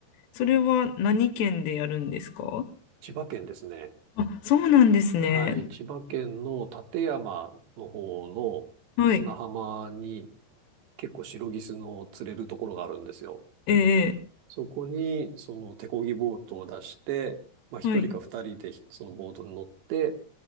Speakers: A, on the left; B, on the right.
A: それは何県でやるんですか
B: 千葉県ですね。
A: あ、そうなんですね。
B: はい。千葉県の館山の方の砂浜に
A: はい。
B: 結構シロギスの釣れるところがあるんですよ。
A: ええ
B: そこにその手漕ぎボートを出して、まあ一人か二人でそのボートに乗って、
A: はい。